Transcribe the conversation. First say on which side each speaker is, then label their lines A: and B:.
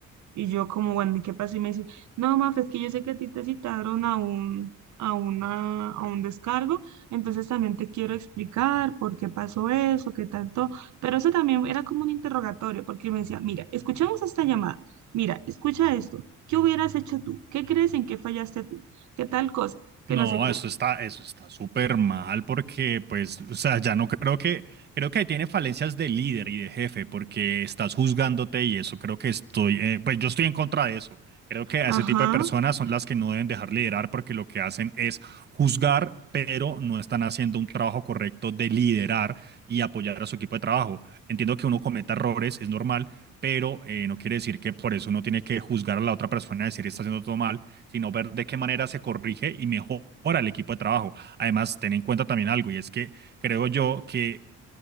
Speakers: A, on the right; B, on the right.
A: Y yo como, bueno, ¿y qué pasó? Y me dice, no, Maf, es que yo sé que a ti te citaron a un, a una, a un descargo, entonces también te quiero explicar por qué pasó eso, qué tanto. Pero eso también era como un interrogatorio, porque me decía, mira, escuchamos esta llamada, mira, escucha esto, ¿qué hubieras hecho tú? ¿Qué crees en qué fallaste tú? ¿Qué tal cosa? Que
B: No,
A: no sé qué.
B: eso está, eso está súper mal porque, pues, o sea, ya no creo que, creo que ahí tiene falencias de líder y de jefe porque estás juzgándote y eso creo que estoy, eh, pues yo estoy en contra de eso. Creo que a
A: Ajá,
B: ese tipo de personas son las que no deben dejar liderar porque lo que hacen es juzgar, pero no están haciendo un trabajo correcto de liderar y apoyar a su equipo de trabajo. Entiendo que uno cometa errores, es normal, pero eh, no quiere decir que por eso uno tiene que juzgar a la otra persona y decir está haciendo todo mal sino ver de qué manera se corrige y mejora el equipo de trabajo. Además, ten en cuenta también algo, y es que creo yo que